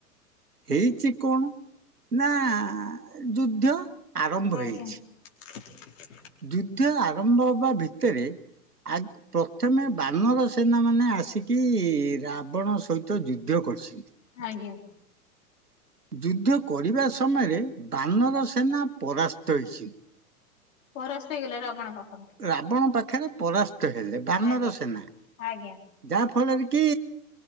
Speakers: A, on the right (about 75°); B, on the left (about 55°).
A: ହେଇଛି କଣ? ନା ଯୁଦ୍ଧ ଆରମ୍ଭ
B: ଆଜ୍ଞା
A: ହେଇଛି।
B: <unintelligible>
A: ଯୁଦ୍ଧ ଆରମ୍ଭବା ଭିତରେ ଆ ପ୍ରଥମେ ବାନର ସେନା ମାନେ ଆସିକି ରାବଣ ସହିତ ଯୁଦ୍ଧ କରିଛିନ୍ତି।
B: ଆଜ୍ଞା
A: ଯୁଦ୍ଧ କରିବା ସମୟରେ ବାନର ସେନା ପରାସ୍ତ ହୋଇଛି।
B: ପରାସ୍ତ ହେଇଗଲେ ରାବଣ ର।
A: ରାବଣ ପାଖରେ ପରାସ୍ତ ହେଲେ ଭାନର
B: ଆଜ୍ଞା ଆଜ୍ଞା
A: ସେନା ଯାହା ଫଳରେ କି